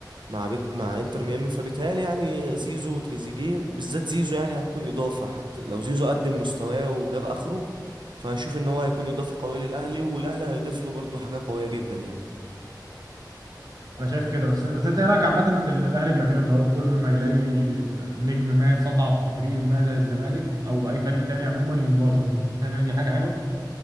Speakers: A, on the right; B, on the right.
A: مع بيت مع انتر ميامي فبيتهيألي يعني زيزو وتريزيجيه وبالذات زيزو يعني هتكون اضافه حتى لو زيزو قدم مستواه وجاب اخره فهشوف ان هو هيكون اضافه قويه للاهلي والاهلي هيضيف له برضه حاجه قويه جدا يعني
B: انا شايف كده بس بس انت ايه رايك عامه في اللي الاهلي بيعمله اللي هو كل ما يلاقي نجم ما سطع في فريق ما زي الزمالك او اي فريق تاني عموما يقوم واخده شايف ان دي حاجه حلوه